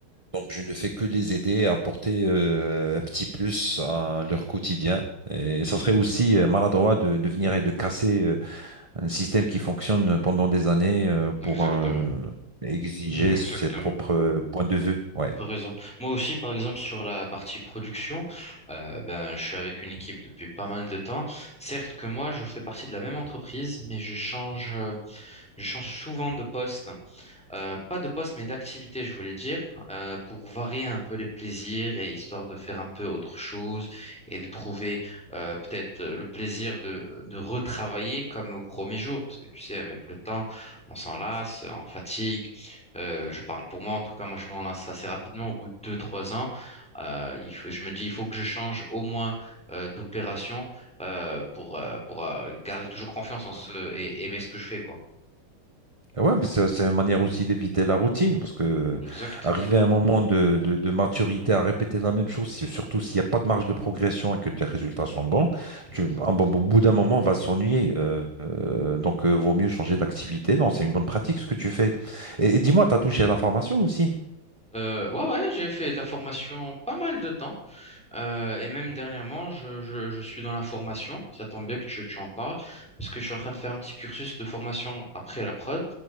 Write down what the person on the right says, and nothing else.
Donc, je ne fais que les aider à apporter euh, un petit plus à leur quotidien. Et ça serait aussi euh, maladroit de, de venir et de casser euh, un système qui fonctionne pendant des années euh,
pour euh, exiger
ses propres euh, points de vue. Ouais.
Mm.
Eh Ouais, mais ça, c'est une manière aussi d'éviter la routine, parce que euh,
arriver à un moment de, de- de maturité à répéter la même chose, si- surtout s'il n'y a pas de marge de progression et que tes résultats sont bons,
tu, un bon- au bout d'un moment, on va s'ennuyer. euh, euh, donc, euh, vaut mieux changer d'activité. Non, c'est une bonne pratique ce que tu fais. Et, et dis-moi, tu as touché à la formation aussi?